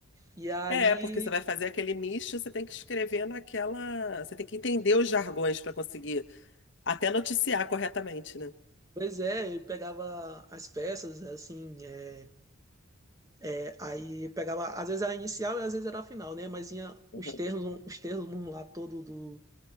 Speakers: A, on the right; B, on the left.
A: E aí,
B: É, porque você vai fazer aquele misto, você tem que escrever naquela. Você tem que entender os jargões para conseguir até noticiar corretamente, né?
A: pois é, eu pegava as peças, né, assim, é, é, aí pegava, às vezes era a inicial e às vezes era a final, né? Mas tinha
B: Uhum.
A: os termos, os termos lá todo do